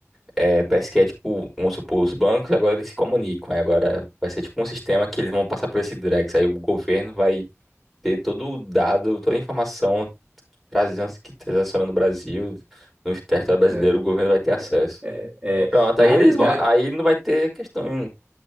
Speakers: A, in the centre; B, on the right (about 20°).
A: é, parece que é tipo, vamos supor, os bancos agora eles se comunicam, aí agora vai ser tipo um sistema que eles vão passar por esse Drex, aí o governo vai ter todo o dado, toda a informação trazendo que transaciona no Brasil, no território brasileiro,
B: É,
A: o governo vai ter acesso.
B: é, é.
A: Pronto,
B: Na
A: aí
B: realidade,
A: eles vão, aí não vai ter questão,